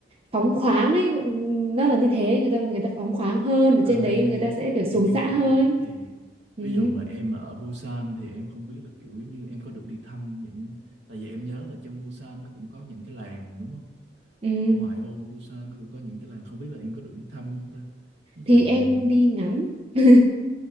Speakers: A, on the right (about 30°); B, on the right (about 75°).
A: phóng khoáng ấy ừm, nó là như thế người ta người ta phóng khoáng hơn ở
B: Ờ
A: trên đấy
B: thì
A: người
B: thì
A: ta sẽ kiểu xuống
B: thì kiểu
A: xã
B: kiểu
A: hơn
B: vậy đó thì
A: ừ,
B: ví dụ mà em mà ở Busan thì em không biết là kiểu giống như em có được đi thăm những tại vì em nhớ là trong Busan nó cũng có những cái làng đúng không?
A: ừ.
B: ở ngoại ô của Busan nó cũng có những cái làng không biết là em có được đi thăm không ta ví dụ
A: thì em đi ngắm <laughs>